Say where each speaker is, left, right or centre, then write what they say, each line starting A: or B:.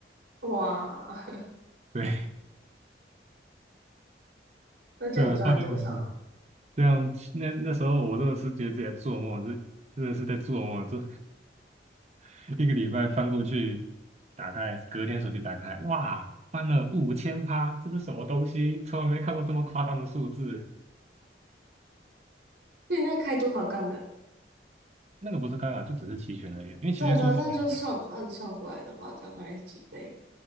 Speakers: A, on the right (about 75°); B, on the right (about 35°).
A: 哇，<laughs>
B: 对 <laughs>
A: 那这样你赚了多少啊？
B: 对啊，暴跌五十。这样，那那时候我真的是觉得自己在做梦，这真的是在做梦，这 <laughs> 一个礼拜翻过去，打开，隔天手机打开，哇，翻了五千趴，这是什么东西？从来没看过这么夸张的数字。
A: 那你那开多少杠杆？
B: 那个不是干扰，就只是期权而已啊，因为期权数字很小，
A: 对啊对啊但是就算换算回来的话，这样大概是几倍？